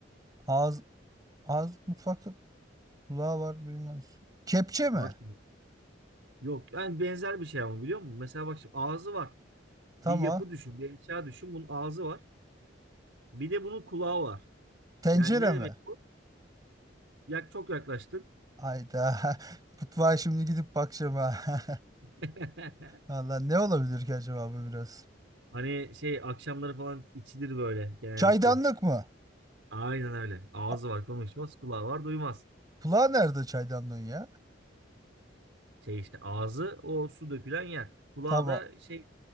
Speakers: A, on the right; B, on the right.
A: Ağız ağız mutfakta kulağı var duymaz. Kepçe mi?
B: Bak şimdi, yok yani benzer bir şey ama biliyor musun? Mesela bak şimdi ağzı var.
A: Tamam.
B: Bir yapı düşün, bir eşya düşün. Bunun ağzı var. Bir de bunun kulağı var.
A: Tencere
B: Yani ne demek
A: mi?
B: bu? Yak çok yaklaştın.
A: Hayda. <laughs> Mutfağa şimdi gidip bakacağım ha. <laughs>
B: <laughs>
A: Valla ne olabilir ki acaba bu biraz?
B: Hani şey akşamları falan içilir böyle genellikle.
A: Çaydanlık mı?
B: Aynen öyle. Ağzı
A: A-
B: var konuşmaz, kulağı var duymaz.
A: Kulağı nerede çaydanlığın ya?
B: Şey işte ağzı o su dökülen yer. Kulağı
A: Tamam.
B: da şey